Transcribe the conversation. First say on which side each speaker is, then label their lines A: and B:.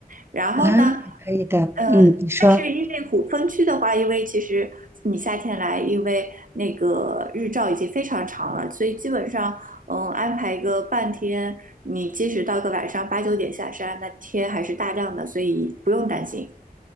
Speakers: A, on the right; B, on the right.
A: 然后呢，
B: 啊，可以的，
A: 呃，
B: 嗯，你说，
A: 但是因为虎峰区的话，因为其实你夏天来，因为那个日照已经非常长了，所以基本上，嗯，安排一个半天，你即使到个晚上八九点下山，那天还是大亮的，所以不用担心。